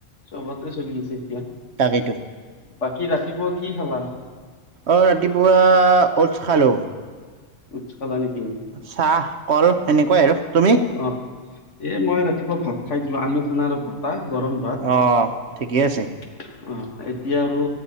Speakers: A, on the left (about 70°); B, on the right (about 60°).
A: চবতে চলি আছে এতিয়া।
B: তাকেইটো।
A: বাকি ৰাতিপুৱা কি খালা?
B: অ' ৰাতিপুৱা, অ'টছ খালোঁ।
A: ওটছ খালা নেকি?
B: চাহ, কল সেনেকৈ আৰু, তুমি?
A: অ' এ, মই ৰাতিপুৱা ভাত খাই দিলো আলু খানা আৰু ভাত। পাই গৰম ভাত। অ',
B: অ ঠিকে আছে
A: এতিয়া আৰু